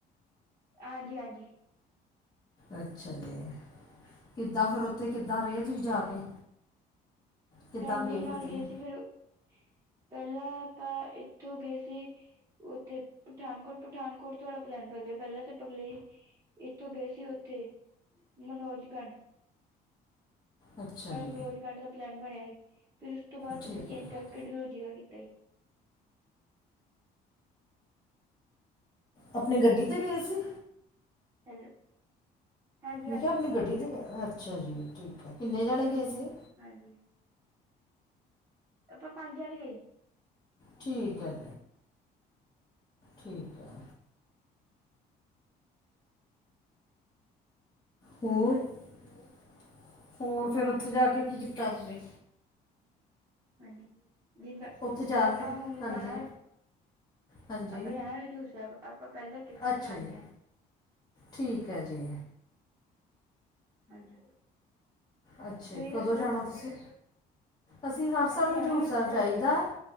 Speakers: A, on the right; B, on the left.
A: ਹਾਂਜੀ ਹਾਂਜੀ।
B: ਅੱਛਾ ਜੀ। ਕਿੱਦਾਂ ਫਿਰ ਉੱਥੇ ਕਿੱਦਾਂ ਰਹੇ ਤੁਸੀਂ ਜਾ ਕੇ ਕਿੱਦਾਂ
A: ਫੈਮਲੀ
B: ਗਏ
A: ਨਾਲ
B: ਫਿਰ ਤੁਸੀਂ।
A: ਸੀ ਫਿਰ ਪਹਿਲਾਂ ਆਪਾਂ ਇੱਥੋਂ ਗਏ ਸੀ। ਓ ਤੇ ਪਠਾਨਕੋਟ ਪਠਾਨਕੋਟ। ਤੁਹਾਡਾ ਪਲੈਨ ਬਦਲਿਆ ਪਹਿਲਾਂ ਤੇ ਪਲੇ ਇੱਥੋਂ ਗਏ ਸੀ ਉੱਥੇ ਮਨੋਜ ਗੰਡ।
B: ਅੱਛਾ
A: ਤੁਹਾਡਾ
B: ਜੀ
A: ਮਲੋਜ ਗੰਢ ਦਾ ਪਲੈਨ ਬਣਿਆ ਸੀ। ਫਿਰ ਉਸ ਤੋਂ ਬਾਅਦ
B: ਠੀਕ
A: ਆਪਾਂ ਚੇਂਜ
B: ਹੈ
A: ਕਰਕੇ ਡਲੋਜੀ ਦਾ ਕੀਤਾ।
B: ਆਪਣੀ ਗੱਡੀ ਤੇ ਗਏ ਸੀ।
A: <unintelligible> ਹਾਂਜੀ
B: ਮੈਂ
A: ਹਾਂਜੀ
B: ਕਿਹਾ ਆਪਣੀ ਗੱਡੀ 'ਤੇ ਅੱਛਾ ਜੀ ਠੀਕ ਹੈ ਕਿੰਨੇ ਜਾਣੇ ਗਏ ਸੀ।
A: ਹਾਂਜੀ। ਆਪਾਂ ਪੰਜ ਜਾਣੇ ਗਏ
B: ਠੀਕ ਹੈ। ਠੀਕ ਹੈ। ਹੋਰ-ਹੋਰ
A: ਹੋਰ
B: ਫਿਰ ਉੱਥੇ ਜਾ ਕੇ ਕੀ ਕੀਤਾ ਤੁਸੀਂ।
A: ਹਾਂਜੀ, ਜਿੱਦਾਂ-ਜਿੱਦਾਂ
B: ਉੱਥੇ ਜਾ
A: ਆਪਾਂ
B: ਕੇ
A: ਹੁਣ
B: ਹਾਂਜੀ
A: ਜਾਣਾ।
B: ਹਾਂਜੀ
A: ਆਪਾਂ ਜਾਣਾ ਹਜ਼ੂਰ ਸਾਹਿਬ, ਆਪਾਂ ਪਹਿਲਾਂ ਟਿਕਟਾਂ
B: ਅੱਛਾ
A: ਕਰਾਉਣੀਆਂ
B: ਜੀ ਠੀਕ ਹੈ ਜੀ।
A: ਹਾਂਜੀ।
B: ਅੱਛਾ
A: ਤੁਸੀਂ
B: ਜੀ, ਕਦੋਂ
A: ਦੱਸੋ
B: ਜਾਣਾ ਤੁਸੀਂ। ਅਸੀਂ ਹਰ ਸਾਲ
A: ਜਾਣਾ
B: ਹਜ਼ੂਰ ਸਾਹਿਬ
A: ਸੋ
B: ਜਾਈਦਾ।